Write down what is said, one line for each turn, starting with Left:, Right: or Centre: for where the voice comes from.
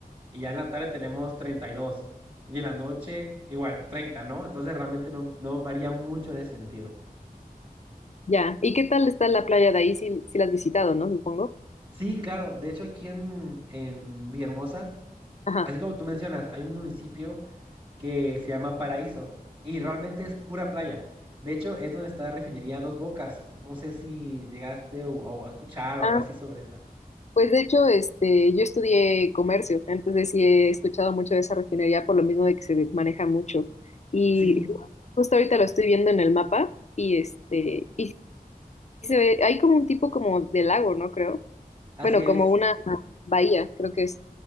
Right: y ya en la tarde tenemos treinta y dos y en la noche igual 30, ¿no? Entonces realmente no, no varía mucho en ese sentido.
Left: Ya. ¿Y qué tal está la playa de ahí? Si, si la has visitado, ¿no? Supongo.
Right: Sí, claro, de hecho aquí en, en Villahermosa,
Left: Ajá.
Right: Así como tú mencionas, hay un municipio que se llama Paraíso y realmente es pura playa. De hecho, es donde está la refinería Dos Bocas. No sé si llegaste o, o a escuchar o
Left: Ah,
Right: algo así sobre esa.
Left: pues de hecho, este, yo estudié comercio, entonces sí he escuchado mucho de esa refinería por lo mismo de que se maneja mucho. Y
Right: Sí,
Left: justo ahorita lo estoy viendo en el mapa y este, y sí se ve, hay como un tipo como de lago, ¿no? Creo.
Right: así
Left: Bueno,
Right: es.
Left: como una bahía, creo que es.